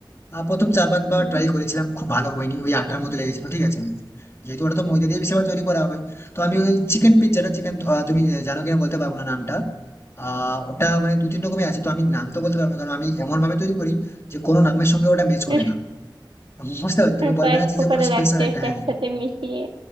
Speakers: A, on the left; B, on the right.
A: আহ, প্রথম চার পাঁচবার
B: উম,
A: ট্রাই করেছিলাম খুব ভালো হয়নি ওই আটার মতো লেগেছিল ঠিক আছে যেহেতু ওটা তো ময়দা দিয়ে বেশিরভাগ তৈরি করা হয় তো আমি ওই চিকেন পিৎজাটা চিকেন তুমি জানো কিনা বলতে পারবো না নামটা আহ ওটা মানে দু তিন রকমের আছে তো আমি নাম তো বলতে পারবো না কারণ আমি এমন ভাবে তৈরি করি যে কোনো নামের সঙ্গে ওটা ম্যাচ
B: বেশ
A: করে না বুঝতে পারছো
B: মানে
A: তুমি বলবে
B: কয়েক
A: না যে
B: প্রকারের
A: যে কোনো স্পেশাল
B: এক টেস্ট
A: একটা হ্যাঁ
B: একসাথে মিশিয়ে